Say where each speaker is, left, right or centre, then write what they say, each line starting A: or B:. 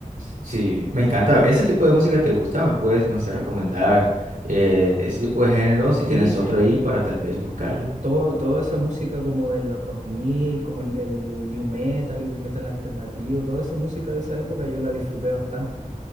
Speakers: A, on the right; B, on the right.
A: Sí, me encanta. ¿Ese tipo de música te gusta? ¿Me puedes, no sé, recomendar eh, ese tipo de género si
B: Sí,
A: tienes
B: sí.
A: otro ahí para tal vez buscarlo?
B: Todo, toda esa música como de los dos mil como el, el new metal, el metal alternativo, toda esa música de esa época yo la disfruté bastante.